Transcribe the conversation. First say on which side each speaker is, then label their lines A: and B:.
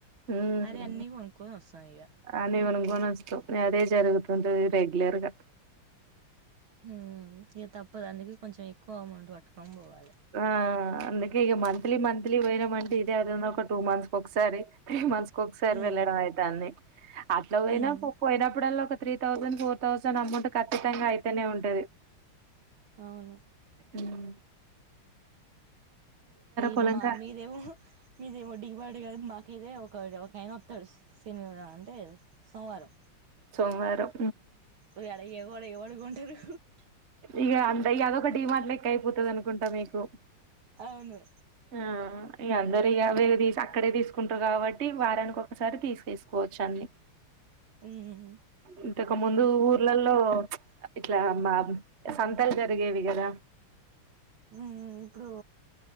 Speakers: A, on the right (about 40°); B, on the right (about 70°).
A: ఊమ్
B: అని అన్ని కొనుక్కొని వస్తాం ఇగ
A: అని గని మనుస్తో అదే జరుగుతు ఉంటది రెగులర్గా
B: ఊమ్ ఇగ తప్పుదు అందుక కొంచెం కోమన్ వాటకొని బోవల
A: ఆ ఆ అందుకె ఇగ మం మంత్లీ మంత్లీ వొనం మంటే ఇదే ఐతుంది ఒక టూ మంత్స్ కోకసారి త్రీ మంత్స్ కొకసారి
B: ఉమ్
A: వెళ్ళడం ఐతండి అట్లా పోయినా
B: ఉమ్
A: పో పోయినప్పుడల three thousand four thousand amount ఖచ్చితంగా అయితేనే ఉంటది
B: అవును
A: ఉం
B: ఈ
A: పొలంకా
B: మా మీదేవురు మీదే ఒడింగా అంటే కానీ మాకిదే ఒకడు ఒకయన వస్తాడు శనివా అంటే సోమవారం
A: సోమవారం
B: ఒక అళ ఎవడ ఎవడు గొంటరు
A: ఇక అంత ఇ అదొక డిమార్ట్ లెక్క అయిపోతది అనుకుంటా మీకు
B: అవును
A: ఆ ఇ అందరు ఇగ అవి ఇవి అక్కడే తీసుకుంటారు కాబట్టి వారానికి ఒకసారి తీసుకేసుకోవచ్చు అన్ని
B: ఊమ్
A: ఇంతకు ముందు ఊర్లలో ఇట్లా మా సంతలు జరిగేవి కదా
B: ఉమ్ ఇప్పుడు